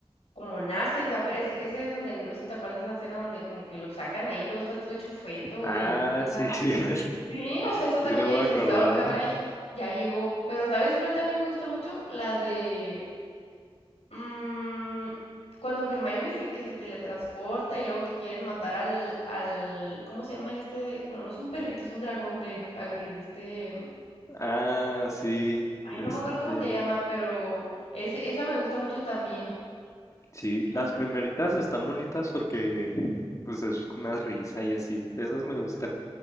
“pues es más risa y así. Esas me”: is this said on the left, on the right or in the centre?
Left